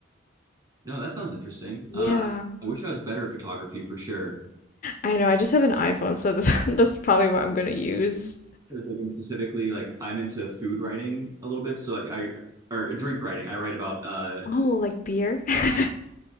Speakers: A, on the right; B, on the left.
A: No, that sounds interesting.
B: Yeah.
A: Uh, I wish I was better at photography for sure.
B: I know, I just have an iPhone, so this, <laughs> that's probably what I'm gonna use.
A: Because like and specifically, like I'm into food writing a little bit, so like I or drink writing. I write about uh,
B: Oh, like beer. <laughs>